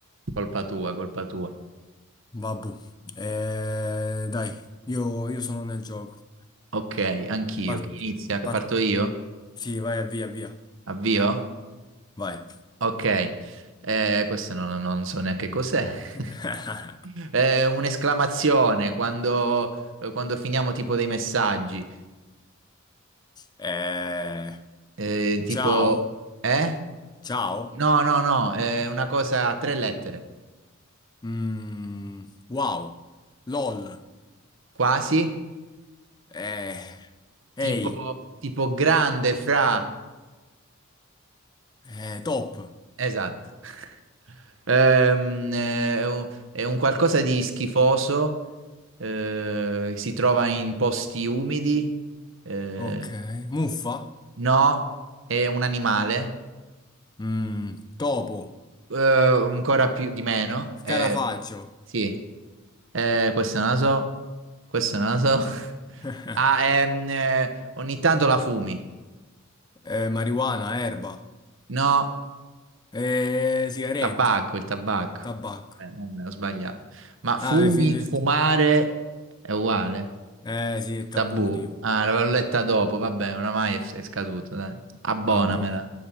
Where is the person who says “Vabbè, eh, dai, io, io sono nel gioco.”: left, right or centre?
Left